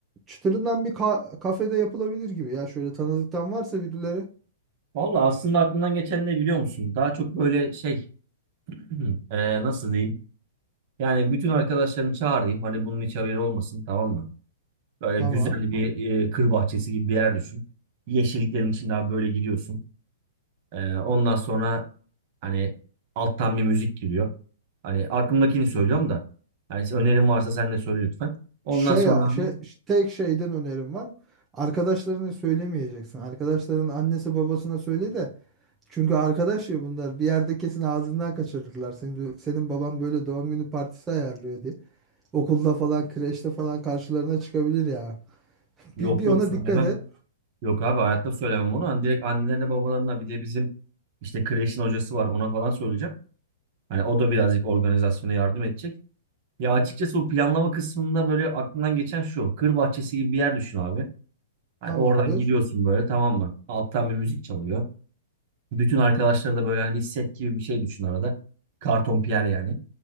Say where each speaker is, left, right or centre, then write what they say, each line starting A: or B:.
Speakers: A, on the right; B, on the right.
A: Çıtırından bir ka- kafede yapılabilir gibi ya. Şöyle tanıdıktan varsa birileri.
B: Vallahi aslında aklımdan geçen ne biliyor musun? Daha çok böyle şey <clears throat> e, nasıl diyeyim? Yani bütün arkadaşlarımı çağırayım. Hani bunun hiç haberi olmasın tamam mı? Böyle
A: Tamam.
B: güzel bir e, kır bahçesi gibi bir yer düşün. Yeşilliklerin içinde abi böyle gidiyorsun. E, ondan sonra hani alttan bir müzik giriyor. Hani aklımdakini söylüyorum da. Hani önerin varsa sen de söyle lütfen. Ondan
A: Şey,
B: sonra abi
A: şey tek şeyden önerim var. Arkadaşlarına söylemeyeceksin. Arkadaşların annesi babasına söyle de. Çünkü arkadaş ya bunlar. Bir yerde kesin ağzından kaçırırlar. Senin, senin baban böyle doğum günü partisi ayarlıyor diye. Okulda falan, kreşte falan karşılarına çıkabilir ya.
B: yok
A: Bir, bir
B: yok
A: ona
B: söylemem.
A: dikkat et.
B: Yok abi hayatta söylemem onu. Hani direkt annelerine babalarına bir de bizim işte kreşin hocası var ona falan söyleyeceğim. Hani o da birazcık organizasyona yardım edecek. Ya açıkçası bu planlama kısmında böyle aklımdan geçen şu. Kır bahçesi gibi bir yer düşün abi. Hani
A: Tamamdır.
B: oradan giriyorsun böyle tamam mı? Alttan bir müzik çalıyor. Bütün arkadaşlar da böyle hani bir set gibi bir şey düşün arada. Karton Pierre yani.